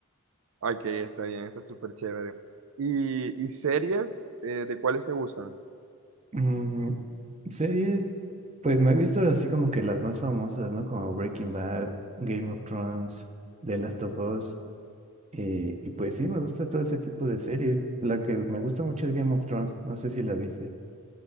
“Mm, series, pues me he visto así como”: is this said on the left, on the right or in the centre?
Right